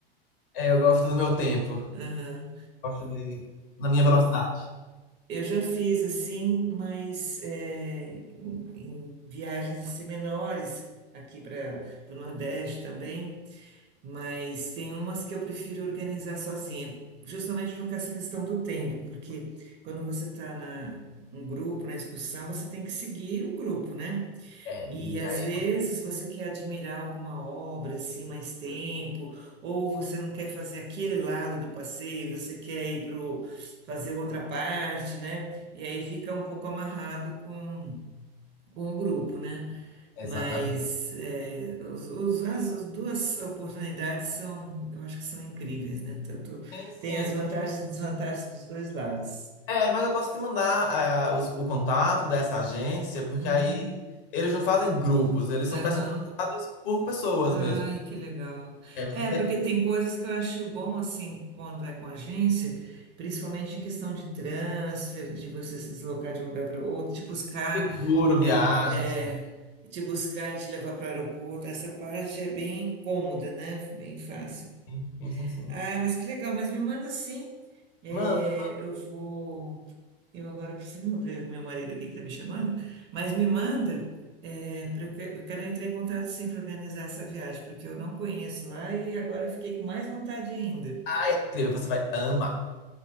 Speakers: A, on the left; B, on the right.
A: É, eu gosto do meu tempo.
B: é.
A: Gosto de... Na minha velocidade.
B: Eu já fiz assim, mas é, em, em viagens assim, menores aqui para o Nordeste também, mas tem umas que eu prefiro organizar sozinha, justamente por causa dessa questão do tempo, porque quando você está na um grupo, na excursão, você tem que seguir o grupo, né?
A: É,
B: E
A: e
B: às
A: aí...
B: vezes você quer admirar alguma obra assim mais tempo, ou você não quer fazer aquele lado do passeio, você quer ir para fazer outra parte, né? E aí fica um pouco amarrado com, com o grupo, né?
A: Exatamente.
B: Mas é, os- os- as, as duas oportunidades são, eu acho que são incríveis, né? Tanto
A: Sim, sim.
B: tem as vantagens e desvantagens dos dois lados.
A: É, mas eu posso te mandar ah, os- o contato dessa agência, porque
B: Uhum.
A: aí eles não fazem grupos, eles
B: Aham.
A: são personalizados por pessoas
B: Ai,
A: mesmo.
B: que legal.
A: É, você
B: É,
A: quer
B: porque tem coisas que eu acho bom, assim, quando é com agência, principalmente em questão de transfer, de você se deslocar de um lugar para outro, te buscar
A: seguro,
B: e,
A: viagens
B: é, é,
A: também.
B: é, e te buscar e te levar para o aeroporto. Essa parte é bem cômoda, né? Bem fácil.
A: Sim, sim, sim.
B: Ai, mas que legal, mas me manda sim. É,
A: Manda.
B: eu vou. Eu agora preciso <laughs> ver com meu marido aqui que está me chamando, mas me manda, é, pra- eu quero entrar em contato sim para organizar essa viagem, porque eu não conheço lá e agora eu fiquei com mais vontade ainda.
A: Ai, é incrível, você vai amar.